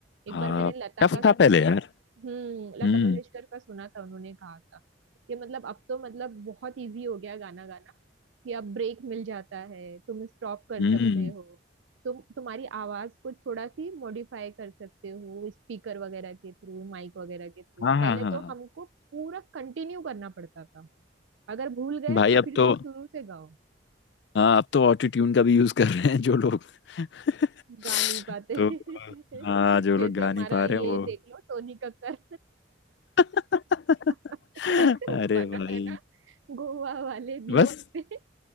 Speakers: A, on the right; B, on the left.
A: एक
B: हाँ
A: बार मैंने लता
B: टफ
A: का सुना
B: था पहले
A: था
B: यार
A: हम्म लता
B: हम्म
A: मंगेशकर का सुना था उन्होंने कहा था कि मतलब अब तो मतलब बहुत इजी हो गया गाना गाना कि अब ब्रेक मिल जाता है तुम स्टॉप कर
B: हम्म
A: सकते हो तुम तुम्हारी आवाज को थोड़ा सी मॉडिफाई कर सकते हो स्पीकर वगैरह के थ्रू माइक वगैरह के थ्रू
B: हाँ
A: पहले
B: हाँ हाँ हाँ
A: तो हमको पूरा कंटिन्यू करना पड़ता था अगर भूल गए
B: भाई
A: तो फिर
B: अब तो
A: से शुरू से गाओ
B: हाँ अब तो ऑटो ट्यून का भी यूज कर रहे हैं जो लोग <laughs>
A: गा नहीं पाते
B: तो
A: <laughs>
B: हाँ जो
A: जैसे
B: लोग गा
A: हमारा
B: नहीं पा
A: ये
B: रहे हैं वो
A: देख लो टोनी कक्कर
B: <laughs>
A: <laughs> कैसे वो
B: अरे
A: बना
B: भाई
A: है ना गोवा वाले बीच
B: बस
A: पे <laughs>